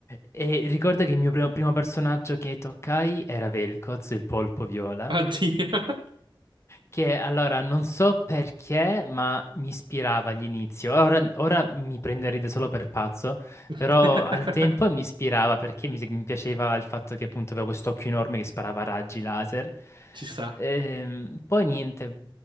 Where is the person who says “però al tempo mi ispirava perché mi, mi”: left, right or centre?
Left